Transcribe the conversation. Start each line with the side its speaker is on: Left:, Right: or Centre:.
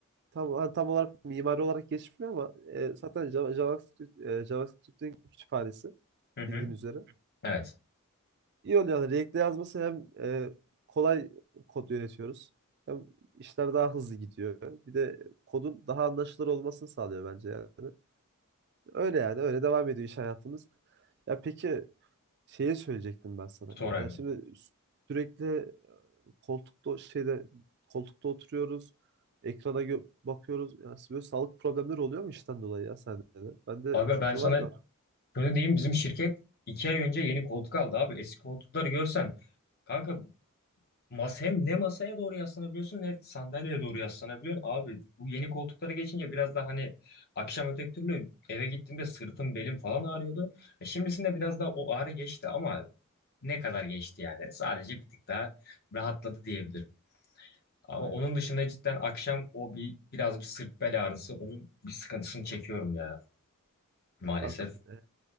Right: Tam, ha, tam olarak mimari olarak geçmiyor ama e, zaten Java- JavaScript, e, JavaScript'in kütüphanesi
Left: Hı hı.
Right: bildiğin üzere.
Left: Evet.
Right: İyi oluyor yani React'le yazması hem e, kolay kod yönetiyoruz. Hem işler daha hızlı gidiyor. Bir de kodun daha anlaşılır olmasını sağlıyor bence yani. Öyle yani öyle devam ediyor iş hayatımız. Ya peki Şeye söyleyecektim ben sana.
Left: Sonra
Right: Yani
Left: aga.
Right: şimdi sürekli e, koltukta şeyde koltukta oturuyoruz. Ekrana gö- bakıyoruz. Yani böyle sağlık problemleri oluyor mu işten dolayı ya sende de? Ben de
Left: Aga
Right: çünkü
Left: ben sana
Right: var da.
Left: şunu diyeyim. Bizim şirket iki ay önce yeni koltuk aldı abi. Eski koltukları görsen. Kanka mas hem ne masaya doğru yaslanabiliyorsun ne sandalyeye doğru yaslanabiliyorsun. Abi bu yeni koltuklara geçince biraz daha hani akşam öteki türlü eve gittiğimde sırtım belim falan ağrıyordu. E şimdisinde biraz daha o ağrı geçti ama ne kadar geçti yani. Sadece bir tık daha rahatladı diyebilirim. Ama
Right: Aynen
Left: onun
Right: aynen.
Left: dışında cidden akşam o bir biraz bir sırt bel ağrısı onun bir sıkıntısını çekiyorum ya maalesef.
Right: Hakan, e,